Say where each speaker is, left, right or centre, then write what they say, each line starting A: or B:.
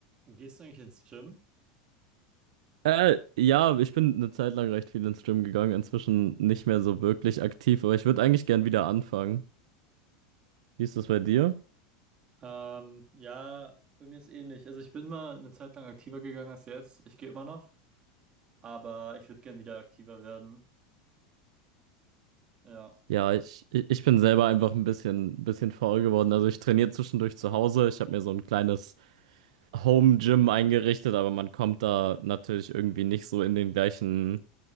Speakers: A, on the right; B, on the right.
A: Gehst du eigentlich ins Gym?
B: Äh, ja, ich bin eine Zeit lang recht viel ins Gym gegangen, inzwischen nicht mehr so wirklich aktiv, aber ich würde eigentlich gern wieder anfangen. Wie ist das bei dir?
A: Ähm, ja, bei mir ist ähnlich. Also ich bin mal eine Zeit lang aktiver gegangen als jetzt. Ich gehe immer noch, aber ich würde gern wieder aktiver werden. Ja,
B: Ja, ich, ich ich bin selber einfach ein bisschen, bisschen faul geworden. Also ich trainiere zwischendurch zu Hause. Ich habe mir so ein kleines Home-Gym eingerichtet, aber man kommt da natürlich irgendwie nicht so in den gleichen